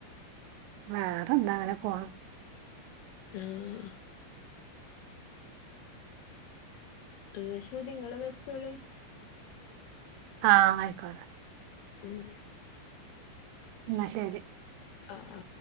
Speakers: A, on the right; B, on the left.
A: വേറെ എന്താ അങ്ങനെ പോണ്.
B: ആഹ് ന്നാ ശരി ങ്ങള് വെച്ചോളി
A: ആഹ ആയിക്കോട്ടെ
B: ഉം
A: എന്ന ശരി
B: ആ ആ